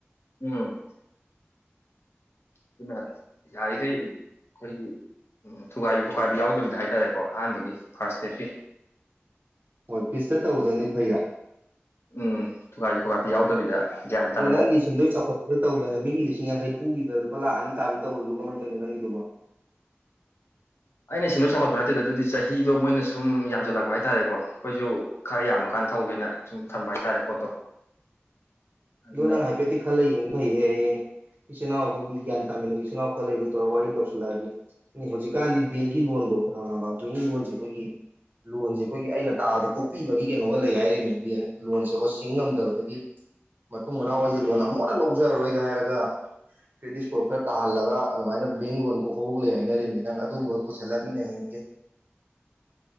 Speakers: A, on the left; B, on the right.
A: ꯎꯝ ꯑꯗꯨꯅ ꯌꯥꯔꯤꯈꯩ ꯑꯩꯈꯣꯏꯒꯤ ꯊꯨꯒꯥꯏꯕꯤ ꯈꯣꯀꯥꯏꯕ ꯌꯥꯎꯗꯕꯤꯗ ꯍꯥꯏꯇꯥꯔꯦꯀꯣ ꯑꯍꯥꯟꯕꯒꯤ ꯐꯥꯔꯁ ꯗꯦꯠꯀꯤ
B: ꯍꯣꯏ ꯄꯤꯁꯇ ꯇꯧꯗꯅꯤ ꯐꯩꯔꯥ
A: ꯎꯝ ꯊꯨꯒꯥꯏꯁꯨ ꯈꯣꯀꯥꯏꯄꯤ ꯌꯥꯎꯗꯕꯤꯗ ꯒ꯭ꯌꯥꯟ ꯇꯥꯅ
B: ꯅꯪꯒꯤ ꯁꯤꯟꯗꯣꯏ ꯆꯥꯎꯈꯠꯄꯗ ꯇꯧꯗꯅ ꯃꯤꯒꯤ ꯂꯤꯁꯤꯡ ꯌꯥꯡꯈꯩ ꯄꯨꯒꯤꯗ ꯑꯗꯨ ꯂꯨꯄꯥ ꯂꯥꯛ ꯑꯅꯤꯥꯕꯤ ꯇꯧꯨꯁꯨ ꯀꯃꯥꯏ ꯇꯧꯅꯤ ꯅꯪꯒꯤꯗꯨꯕꯣ
A: ꯑꯩꯅ ꯁꯦꯟꯗꯣꯛ ꯆꯥꯎꯒꯠꯄ ꯅꯠꯇꯦꯗ ꯑꯗꯨꯗꯤ ꯆꯍꯤꯗꯣ ꯃꯣꯏꯅ ꯁꯨꯝ ꯌꯥꯝꯖꯜꯂꯛꯄ ꯍꯥꯏꯇꯥꯔꯦꯀꯣ ꯑꯩꯈꯣꯏꯁꯨ ꯈꯔ ꯌꯥꯝꯃꯀꯥꯟꯗ ꯊꯧꯒꯦꯅ ꯁꯨꯝ ꯊꯝꯕ ꯍꯥꯏꯇꯥꯔꯦ ꯄꯣꯠꯇꯣ ꯑꯗꯨꯅ
B: ꯑꯗꯣ ꯅꯪ ꯍꯥꯏꯐꯦꯠꯇꯤ ꯈꯜꯂꯒ ꯌꯦꯡꯕ ꯐꯩꯍꯦꯌꯦ ꯏꯆꯤꯟꯜꯅꯥꯎꯈꯣꯏ ꯒ꯭ꯌꯥꯟ ꯇꯥꯃꯤꯟꯅꯕ ꯏꯆꯤꯜꯅꯥꯎ ꯈꯔ ꯂꯩꯔꯨ ꯇꯧꯔꯒ ꯋꯥꯔꯤ ꯇꯧꯁꯤꯜꯂꯛꯑꯗꯤ ꯍꯧꯖꯤꯛꯀꯥꯟꯗꯤ ꯕꯤ ꯂꯣꯟꯐꯧꯗ ꯍꯪꯉꯑꯕ ꯑ ꯑꯅꯤ ꯂꯣꯟꯁꯤꯦ ꯑꯩꯈꯣꯏꯒꯤ ꯂꯣꯟꯁꯦ ꯑꯩꯈꯣꯏꯒꯤ ꯑꯩꯅ ꯇꯥꯕꯗ ꯀꯣꯛꯄꯤꯕꯒꯤ ꯀꯩꯅꯣꯒ ꯂꯩ ꯍꯥꯏꯔꯦ ꯃꯤꯡꯕꯤꯅ ꯂꯣꯟꯁꯦ ꯑꯩꯈꯣꯏ ꯁꯤꯡꯉꯝꯗꯕꯗꯒꯤ ꯃꯇꯨꯡ ꯃꯅꯥꯎ ꯍꯏꯁꯦ ꯂꯣꯟ ꯑꯃꯨꯛꯟꯅ ꯂꯧꯖꯔꯔꯣꯏꯒ ꯍꯥꯏꯔꯒ ꯀ꯭ꯔꯦꯗꯤꯠ ꯁꯀꯣꯔꯠ ꯈꯔ ꯇꯥꯍꯜꯂꯒ ꯑꯗꯨꯃꯥꯏꯅ ꯕꯦꯡ ꯂꯣꯟ ꯀꯣꯛꯀꯐꯣꯛꯛ ꯂꯩ ꯍꯥꯏꯅꯔꯤꯕꯅꯤ ꯅꯪ ꯑꯗꯨꯒꯝꯕꯒ ꯄꯨꯁꯜꯂꯃꯤꯅ ꯍꯌꯦꯡ ꯀꯦ